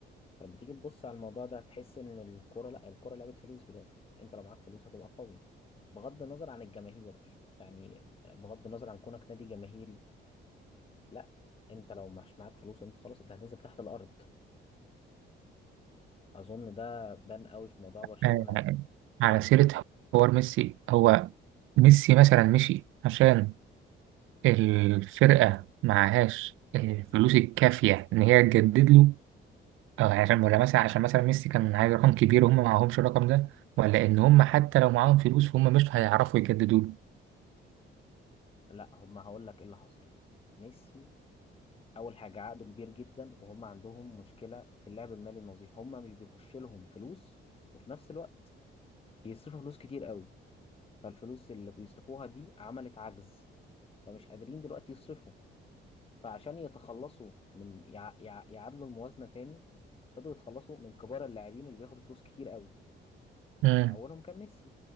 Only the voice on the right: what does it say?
آه
على سيرة حوار ميسي هو ميسي مثلا مشي عشان الفرقة معهاش الفلوس الكافية إن هي تجدد له أو عشان ولا مثلا عشان مثلا ميسي كان عايز رقم كبير وهم معهمش الرقم ده ولا إن هم حتى لو معاهم فلوس فهم مش هيعرفوا يجددوا له
مم.